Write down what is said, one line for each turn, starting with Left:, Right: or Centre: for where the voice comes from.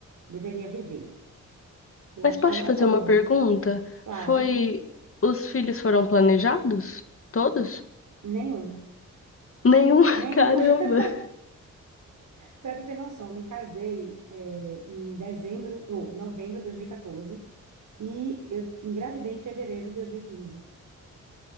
Right: deveria viver. Eu
Left: Mas
Right: acho
Left: posso
Right: que é uma
Left: te fazer
Right: boa.
Left: uma pergunta?
Right: Claro,
Left: Foi. Os filhos foram planejados? Todos?
Right: nenhum,
Left: Nenhum?
Right: nenhum.
Left: <laughs> Caramba!
Right: <laughs> Para tu ter noção, eu me casei é, em dezembro, ou em novembro de dois mil e quatorze e eu engravidei em fevereiro de dois mil e quinze